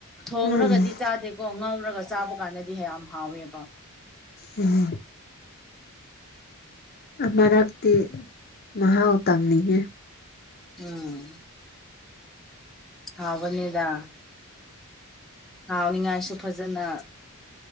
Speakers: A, in the centre; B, on the left.
A: ꯊꯣꯡꯔꯒꯗꯤ
B: ꯎꯝ
A: ꯆꯥꯗꯦꯀꯣ ꯉꯧꯔꯒ ꯆꯥꯕ ꯀꯥꯟꯗꯗꯤ ꯌꯥꯝ ꯍꯥꯎꯋꯦꯕ
B: ꯎꯝ ꯃꯔꯛꯇꯤ ꯃꯍꯥꯎ ꯇꯪꯅꯤꯡꯉꯦ
A: ꯎꯝ ꯍꯥꯥꯎꯕꯅꯦꯗ ꯍꯥꯎꯅꯤꯡꯉꯥꯏꯁꯨ ꯐꯖꯅ